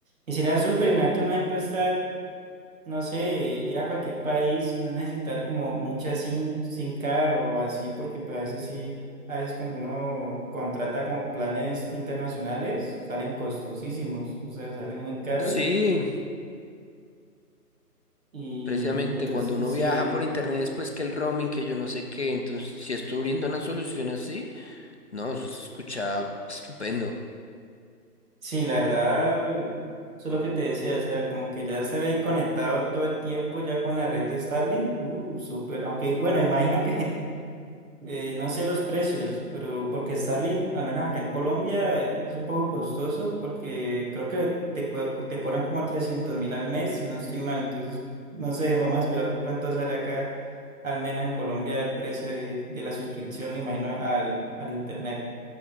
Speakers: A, on the right (about 55°); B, on the left (about 45°).
A: y sería súper, imagínate uno ejemplo estar no sé, ir a cualquier país y no necesitar como mucha SIM, SIM card o así, porque pues a veces sí, a veces cuando uno contrata como planes internacionales, salen costosísimos, o sea, salen muy caros
B: Sí,
A: y
B: precisamente
A: entonces
B: cuando uno
A: sí,
B: viaja por internet es pues que el roaming, que yo no sé qué, entonces si estoy abriendo una solución así. No, eso se escucha estupendo.
A: sí, la verdad, eso es lo que te decía, o sea, como que ya estar ahí conectado todo el tiempo ya con la red de Starlink, uh, súper, aunque bueno, imagino que Eh, no sé los precios, pero porque Starlink, al menos acá en Colombia, eh, es un poco costoso porque creo que te, cu- te cobran como trescientos mil al mes, si no estoy mal. Entonces, no sé, vamos a esperar cuánto sale acá, al menos en Colombia, el precio de, de la suscripción, me imagino, al, al Internet.